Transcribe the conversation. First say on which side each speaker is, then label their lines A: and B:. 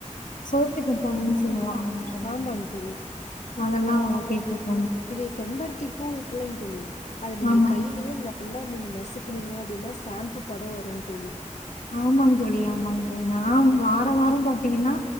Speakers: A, on the left; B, on the left.
A: சோத்துக்கற்றாழைன் சொல்லுவாங்கல்லயா
B: ஆமாங்க தோழி
A: அதெல்லா வளத்திட்ருக்கோ
B: இது செம்பருத்தி பூ இருக்குல்லங்க தோழி அது நீங்க
A: ஆமாங்
B: கைலயே நீங்க நல்லா நீங்க நசுக்குனீங்க அப்டினா சாம்பு பத வரு தோழி
A: ஆமாங்க தோழி ஆமாங்க தோழி நா வார வார பாத்தீங்கனா